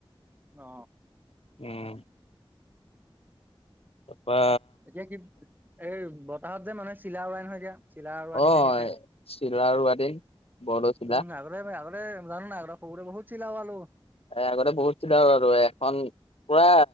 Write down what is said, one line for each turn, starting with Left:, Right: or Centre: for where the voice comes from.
Right: অ,
Left: উম। তাৰপা
Right: এতিয়া কি এই বতাহত যে মানুহে চিলা উৰুৱাই নহয় এতিয়া। চিলা উৰুৱা
Left: অ'
Right: দিন আহিছে।
Left: চিলা ৰোৱা দিন। বৰদৈচিলা।
Right: উম, আগতেই আগ <unintelligible> জানো নাই আগতে সৰুৰে বহুত চিলা উৰুৱালো।
Left: এ আগতে বহুত চিলা উৰুৱালো এখন, পুৰা